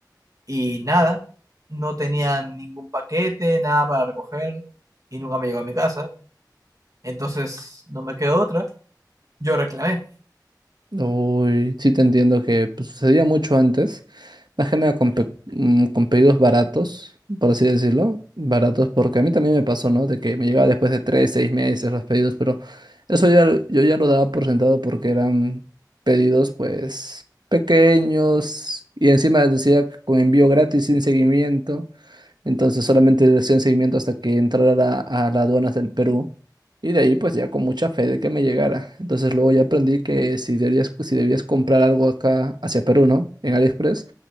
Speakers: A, on the right; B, on the right.
A: Y nada, no tenía ningún paquete, nada para recoger y nunca me llegó a mi casa. Entonces no me quedó otra. Yo reclamé.
B: Uy, sí te entiendo que pues, sucedía mucho antes, más que nada con, pe- mm, con pedidos baratos, por así decirlo, baratos porque a mí también me pasó, ¿no? De que me llegaba después de tres, seis meses los pedidos, pero eso ya, lo- yo ya lo daba por sentado porque eran pedidos pues pequeños y encima decía con envío gratis sin seguimiento, entonces solamente decían seguimiento hasta que entrara a, a las aduanas del Perú. Y de ahí pues ya con mucha fe de que me llegara. Entonces luego ya aprendí que si debías, si debías comprar algo acá hacia Perú, ¿no? En AliExpress,